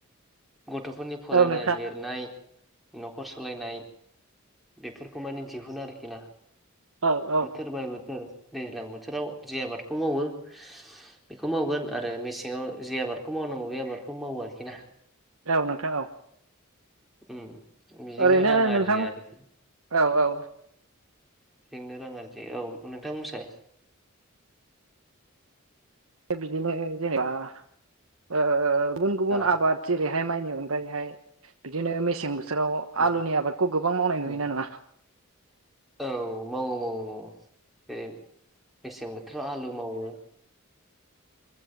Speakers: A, in the centre; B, on the right.
A: गथ'फोरनि फरायनाय
B: औ नोंथां
A: लिरनाय न'खर सालायनाय बेफोरखौ माने दिहुनो आरोखि ना
B: औ औ
A: बोथोर बाय बोथोर दैज्लां बोथोराव जि आबादखौ मावो बेखौ मावगोन आरो मेसेङाव जे आबादखौ मावनांगौ बे आबादखौ मावो आरोखि ना
B: औ नोंथां औ
A: उम बेजोंनो
B: ओरैनो
A: रां आरजियो
B: नोंथां
A: आरोखि
B: औ औ
A: बेजोंनो रां आरजियो औ नोंथां बुंसाय
B: बिदिनो जेनेबा ओ गुबुन गुबुन
A: अ
B: आबाद जेरैहाय माइनि अनगायैहाय बिदिनो मेसें बोस बोसोराव
A: उम
B: आलुनि आबादखौ गोबां मावनाय
A: उम
B: नुयो ना नुआ?
A: औ मावो मावो मावो बे मेसें बोथोराव आलु मावो